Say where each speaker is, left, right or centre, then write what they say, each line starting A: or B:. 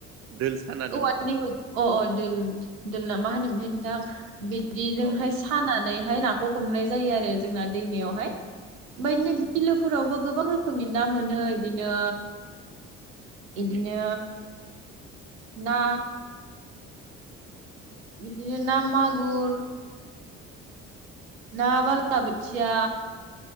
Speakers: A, on the right; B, on the right.
A: दोल साना दोननाय
B: औवानिबो अ अ दोल दोल ना मा होनोमोनथाय नोंथां बिद बिजोंहाय
A: औ
B: सानान नैहाय नाखौ हमनाय जायो आरो जोंना दैमायावहाय ओमफाय बिदिनो बिलोफोरावबो गोबां रोखोमनि ना मोनो इदिनो इदिनो ना बिदिनो ना मागुर ना बाला‌ बाथिया